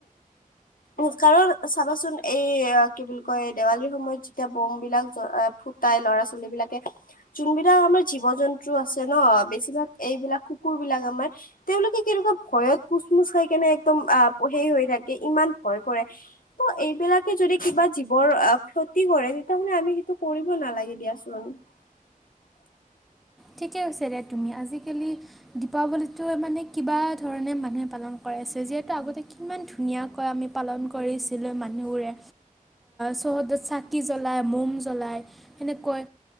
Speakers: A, on the left; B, in the centre.
A: উ কাৰণ চাবাচোন এই কি বুলি কয় দেৱালীৰ সময়ত যেতিয়া বম বিলাক ফুটাই লৰা ছোৱালী বিলাকে যোনবিলাক আমাৰ জীৱ জন্তু আছে ন বেছিভাগ এইবিলাক কুকুৰ বিলাক আমাৰ তেওঁলোকে কি ভয়ত কোচমোচ খাই কেনে একদম সেই হৈ থাকে ইমান ভয় কৰে ত' এইবিলাক যদি কিবা জীৱৰ আহ ক্ষতি কৰে তেতিয়া হ'লে আমি সেইটো কৰিব নালাগে দিয়াচোন। <unintelligible>
B: ঠিকে হৈছে দে তুমি আজিকালি দীপাৱলীতোয়ে মানে কিবা ধৰণে মানুহে পালন কৰাইছে যিহেতু আগতে কিমান ধুনীয়াকৈ আমি পালন কৰিছিলে মানুহবোৰে চৌহদত চাকি জ্বলাই মম জ্বলাই সেনেকৈ